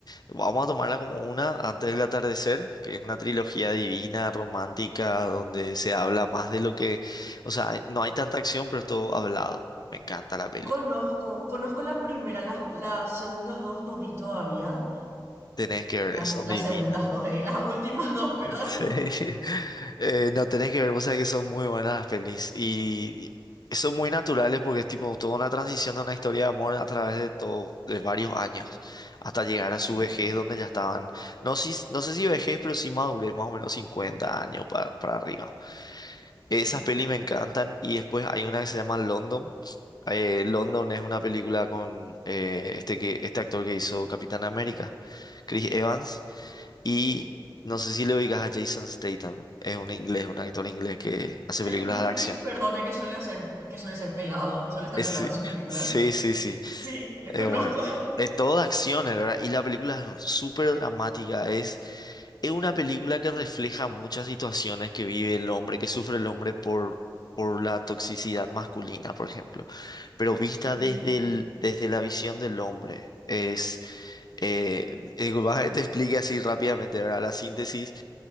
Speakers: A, on the left; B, on the right.
A: Vamos a tomarla como una, Antes del atardecer, que es una trilogía divina, romántica, donde se habla más de lo que... O sea, no hay tanta acción, pero es todo hablado. Me encanta la peli.
B: Conozco, conozco la primera, las, las segundas dos no vi todavía.
A: Tenés que ver,
B: Las,
A: son
B: las
A: divinas.
B: segundas dos, eh, las últimas dos, <laughs> perdón.
A: Sí. <laughs> Eh, no, tenés que ver, vos sabés que son muy buenas las pelis y y son muy naturales porque es tipo toda una transición de una historia de amor a través de todo, de varios años, hasta llegar
B: Ujú,
A: a su vejez donde ya estaban, no, si, no sé si vejez, pero sí madurez, más o menos 50 años para, para arriba. Esas
B: ujú,
A: pelis me encantan y después hay una que se llama London. Eh, London es una película con eh, este, que, este actor que hizo Capitán América, Chris Evans. Y
B: Sí.
A: no sé si le oigas a Jason Statham, es un inglés, un actor inglés que hace películas
B: Eh, no es
A: de acción.
B: el que
A: <laughs>
B: perdone que suele hacer, que suele ser pelado, que suele estar
A: Es-
B: pelado en sus películas.
A: sí, sí, sí. sí.
B: Sí, le
A: Eh,
B: conozco.
A: bueno, de todo de acción, la verdad. Y la película es súper dramática. Es, es una película que refleja muchas situaciones que vive el hombre, que sufre el hombre por, por la toxicidad masculina, por ejemplo. Pero vista
B: Ujú,
A: desde el, desde la visión del hombre. Es, eh, <laughs> eh, vas a- te explique así rápidamente, ¿verdad? La síntesis.